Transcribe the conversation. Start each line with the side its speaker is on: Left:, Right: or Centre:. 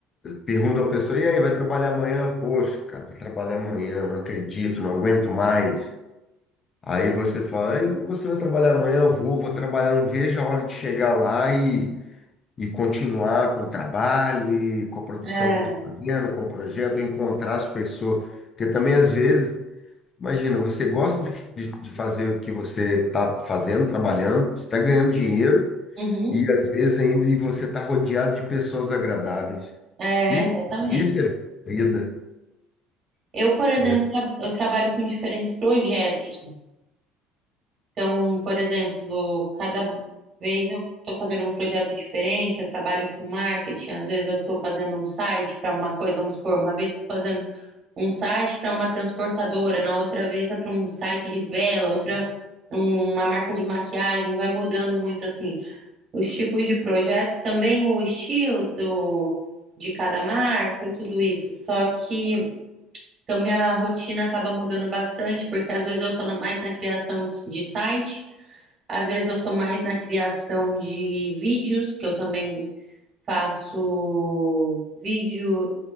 Left: Pergunto à pessoa, e aí, vai trabalhar amanhã? Poxa, cara, vai trabalhar amanhã, não acredito, não aguento mais. Aí você fala, "Ei, você vai trabalhar amanhã? Eu Vou, vou trabalhar, não vejo a hora de chegar lá e, e continuar com o trabalho, e com a produção
Right: É,
Left: que eu estou fazendo, com o projeto, encontrar as pessoas. Porque também, às vezes, imagina, você gosta de, de de fazer o que você está fazendo, trabalhando, você está ganhando dinheiro,
Right: uhum,
Left: e às vezes ainda e você está rodeado de pessoas agradáveis.
Right: é,
Left: Isso,
Right: exatamente.
Left: isso é vida.
Right: Eu, por exemplo,
Left: né
Right: tra- eu trabalho com diferentes projetos. Então, por exemplo, cada vez eu estou fazendo um projeto diferente, eu trabalho com marketing, às vezes eu estou fazendo um site para uma coisa, vamos supor, uma vez estou fazendo um site para uma transportadora, na outra vez é para um site de vela, outra uma marca de maquiagem, vai mudando muito assim. Os tipos de projeto, também o estilo do, de cada marca e tudo isso. Só que então minha rotina acaba mudando bastante, porque às vezes eu estou mais na criação de de site. Às vezes eu tô mais na criação de vídeos, que eu também faço vídeo